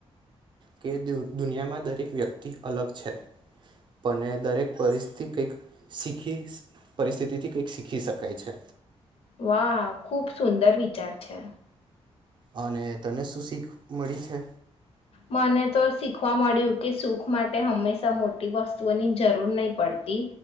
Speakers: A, on the right (about 45°); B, on the left (about 65°).
A: કે દુ દુનિયામાં દરેક વ્યક્તિ અલગ છે. પને દરેક પરિસ્થિ કઈક શીખી પરિસ્થિતિથી કંઈક શીખી શકાય છે.
B: વાહ ખુબ સુંદર વિચાર છે.
A: અને તને શું શીખ મળી છે?
B: મને તો શીખવા મળ્યું કે સુખ માટે હંમેશા મોટી વસ્તુઓની જરૂર નહી પડતી